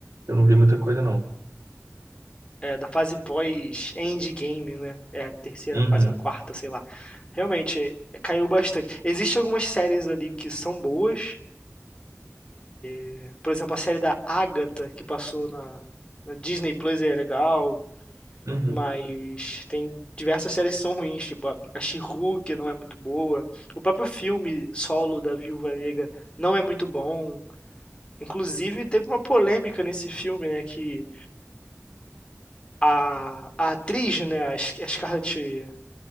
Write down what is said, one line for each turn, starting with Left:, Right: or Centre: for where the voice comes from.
Right: Eu não vi muita coisa, não.
Left: é, da fase pós-Endgame, né? É a terceira
Right: Uhum,
Left: fase, a quarta, sei lá. Realmente, é, caiu bastante. Existem algumas séries ali que são boas. né? Por exemplo, a série da Agatha, que passou na, na Disney Plus, é legal.
Right: uhum.
Left: Mas tem diversas séries que são ruins, tipo a, a She-Hulk não é muito boa. O próprio filme solo da Viúva Negra não é muito bom. Inclusive, teve uma polêmica nesse filme, né? Que a, a atriz, né? A Sc- a Scarlett